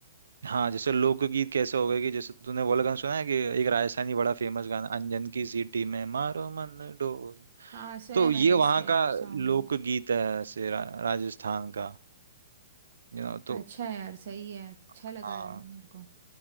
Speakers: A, on the right (about 85°); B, on the right (about 65°).
A: हाँ जैसे लोकगीत कैसे हो गए कि जैसे तूने वो वाला गाना सुना है कि एक राजस्थानी बड़ा फेमस गाना अंजन की सीटी में मारो मन डोल
B: हाँ सुना
A: तो
B: है मैंने
A: ये वहाँ
B: उस टाइप
A: का
B: सॉन्ग
A: लोकगीत
B: भी
A: है ऐसे रा, राजस्थान का यू नो
B: अच्छा
A: तो
B: है यार सही है अच्छा
A: हाँ
B: लगा यार मेरे को